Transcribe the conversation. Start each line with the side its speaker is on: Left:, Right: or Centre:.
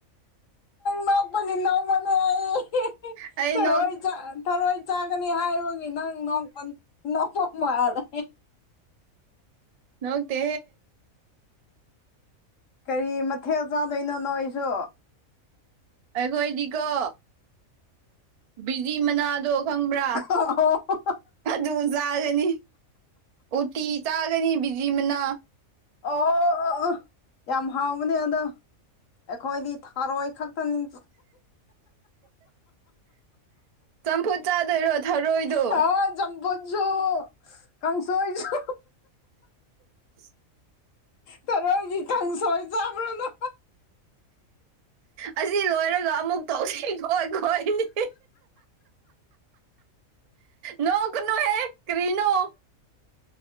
Left: ꯅꯣꯛꯄꯒꯤ ꯅꯣꯛꯄꯅꯦ ꯑꯩ
Right: ꯑꯩ
Left: ꯊꯔꯣꯏ
Right: ꯅꯣ
Left: ꯊꯔꯣꯏ ꯆꯥꯒꯅꯤ ꯍꯥꯏꯕꯒꯤ ꯅꯪ ꯅꯣꯛꯐꯝ ꯃꯥꯂꯦ
Right: ꯅꯣꯇꯦ
Left: ꯀꯔꯤ ꯃꯊꯦꯜ ꯆꯥꯗꯣꯏꯅꯣꯅꯣ ꯑꯩꯁꯨ
Right: ꯑꯩꯈꯣꯏꯗꯤꯀꯣ ꯕꯤꯖꯤ ꯃꯅꯥꯗꯣ ꯈꯪꯕ꯭ꯔꯥ
Left: ꯑꯣ ꯍꯣ
Right: ꯑꯗꯨ ꯆꯥꯒꯅꯤ ꯎꯇꯤ ꯆꯥꯒꯅꯤ ꯕꯤꯖꯤ ꯃꯅꯥ
Left: ꯑꯣ ꯌꯥꯝ ꯍꯥꯎꯥꯎꯅꯦ ꯑꯗ ꯑꯩꯈꯣꯏꯗꯤ ꯊꯥꯔꯣꯏ ꯈꯛꯇꯅꯤ
Right: ꯆꯝꯐꯨ ꯆꯥꯗꯣꯏꯔꯣ ꯊꯔꯣꯏꯗꯣ
Left: ꯍ ꯆꯝꯄꯣ ꯆꯨ ꯀꯪ ꯁ ꯆ
Right: ꯎꯝ
Left: ꯇꯔꯣꯏꯒꯤ ꯀꯥꯡꯪꯁꯣꯏ ꯆꯥꯕ꯭ꯔꯅꯣ
Right: ꯑꯁꯤ ꯂꯣꯏꯔꯒ ꯑꯃꯨꯛ ꯇꯧꯁꯤ ꯈꯣꯏ ꯈꯣꯏꯅꯤ ꯅꯣꯡ ꯀꯅꯣ ꯍꯦ ꯀꯔꯤꯅꯣ